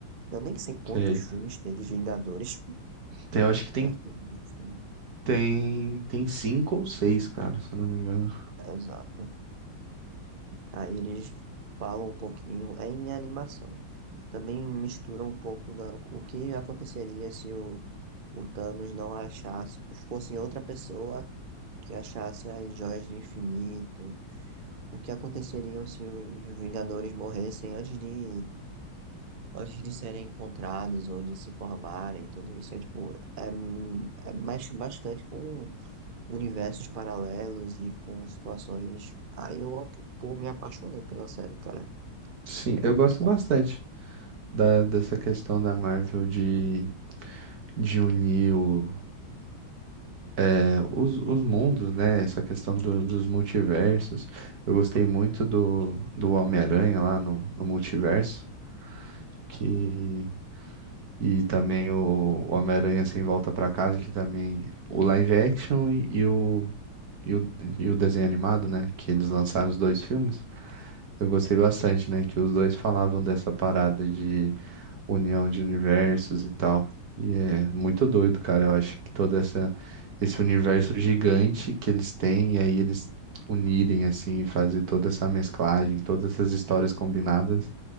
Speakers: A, on the right; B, on the right.
A: Eu nem sei quantos
B: Sei.
A: filmes tem de Vingadores, <laughs>
B: Tem, eu acho que
A: mas
B: tem,
A: tem bastante.
B: tem, tem cinco ou seis, cara, se eu não me engano.
A: Exato. Aí eles falam um pouquinho, é em animação. Também misturam um pouco da, o que aconteceria se o, o Thanos não achasse, fosse outra pessoa que achasse as joias do infinito. O que aconteceria se os Vingadores morressem antes de, antes de serem encontrados ou de se formarem, tudo isso é tipo, é, é mais, bastante com universos paralelos e com situações. Aí eu, pô, me apaixonei pela série, cara.
B: Sim,
A: É
B: eu
A: muito
B: gosto
A: bom,
B: bastante. Da, dessa questão da Marvel de, de unir o, é, os, os mundos, né? Essa questão do- dos multiversos. Eu gostei muito do, do Homem-Aranha lá no, no multiverso, que E também o, o Homem-Aranha Sem Volta pra Casa, que também. O live action e, e o, e, o, e o desenho animado, né? Que eles lançaram os dois filmes. Eu gostei bastante, né? Que os dois falavam dessa parada de união de universos e tal. E é muito doido, cara. Eu acho que todo essa, esse universo gigante que eles têm, e aí eles unirem, assim, e fazer toda essa mesclagem, todas essas histórias combinadas.